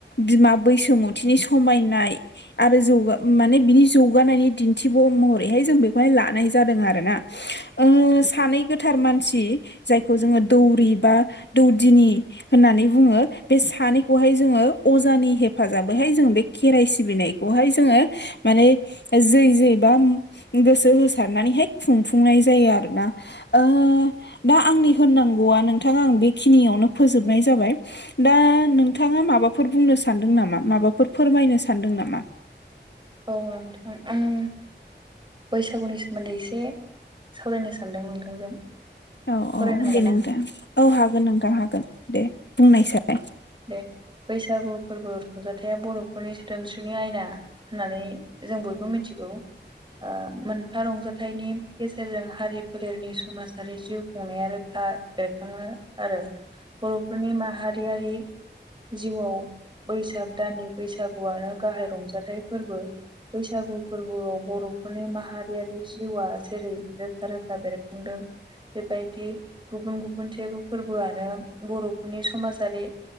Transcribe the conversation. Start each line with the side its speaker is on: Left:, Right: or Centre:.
Left: बिमा बैसोमु थि समायनाय आरो जौगा माने बिनि जौगानायनि दिन्थिब' महरैहाय जों बेखौहाय लानाय जादों आर ना। ओ सानै गोथार मानसि जायखौ जोङो दौरि बा दौदिनि होननानै बुङो बे सानैखौहाय जोङो अजानि हेफाजाबैहाय जोंङो बे खेराइ सिबिनाय बहाय जोङो माने जै जैबा गोसो होसारनानैहाय खुंफुंनाय जायो आरो ना ओ दा आंनि होननांगौआ नोंथाङा आं बेखिनियावनो फोजोबनाय जाबाय। दा नोंथाङा माबाफोर बुंनो सान्दों नामा माबाफोर फोरमायनो सानदों नामा।
Right: औ नोंथां आं बैसागुनि सोमोन्दै एसे सावरायनो सान्दों नोंथांजों।
Left: औ
Right: सावरायनो
Left: औ
Right: हागोन
Left: दे नोंथां
Right: ना
Left: औ हागोन नोंथां हागोन दे बुंनायसाय।
Right: दे बैसागु फोरबो रंजाथाइया बर'फोरनि सोदोमस्रिनि आयना होननानै जों बयबो मिथिगौ ओ मोनफा रंजाथाइनि गेजेर <unintelligible> जों हारि फोलेरनि समाजारि जिउ खुंनाया रोखा बेरखांङो आरो बर'फोरनि माहारियारि जिउआव बैसाग दाननि बैसागुआनो गाहाय रंजाथाइ फोरबो। बैसागु फोरबोआव बर'फोरनि माहारियारि जिउआ जेरै रोखा रोखा बेरखांदों बेबायदि गुबुन गुबुन जेबो फोरबोआनो बर' नि समाजारि